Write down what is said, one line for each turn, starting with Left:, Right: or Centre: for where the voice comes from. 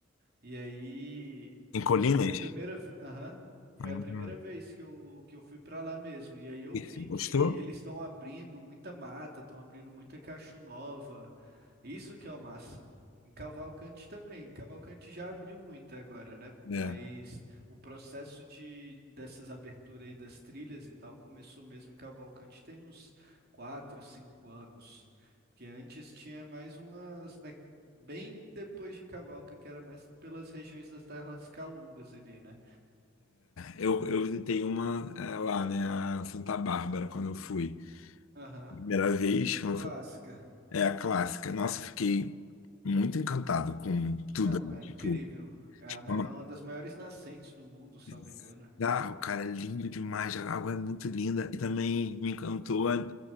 Right: E aí
Left: Em Colinas?
Right: foi a primeira, aham, foi
Left: Uhum.
Right: a primeira vez que eu, que eu fui para lá mesmo. E aí eu
Left: Perfeito.
Right: vi que
Left: Gostou?
Right: eles estão abrindo muita mata, estão abrindo muita cacho nova. Isso que é o massa. Em Cavalcante também. Cavalcante já abriu muito agora, né? Mas
Left: É.
Right: o processo de dessas aberturas aí das trilhas e tal começou mesmo em Cavalcante tem uns 4, 5 anos. Porque antes tinha mais umas. né, Bem depois de Cavalca, que era mais pelas regiões das terras calungas ali, né?
Left: Eu, eu visitei uma é, lá, né, a Santa Bárbara, quando eu fui.
Right: Aham,
Left: Primeira vez, quando
Right: clássica.
Left: eu fui, é a clássica. Nossa, eu fiquei muito encantado com tudo
Right: Não,
Left: ali.
Right: é
Left: Tipo,
Right: incrível. É a mai-
Left: é uma...
Right: uma das maiores nascentes do mundo, salvo
Left: bizarro,
Right: engano.
Left: cara, é lindo demais, a água é muito linda. E também me encantou a,